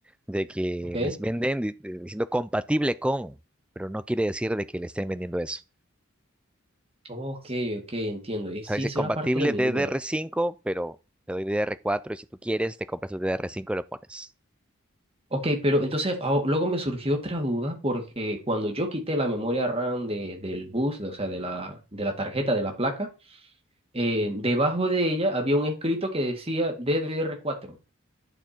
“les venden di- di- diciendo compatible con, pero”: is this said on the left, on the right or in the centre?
Centre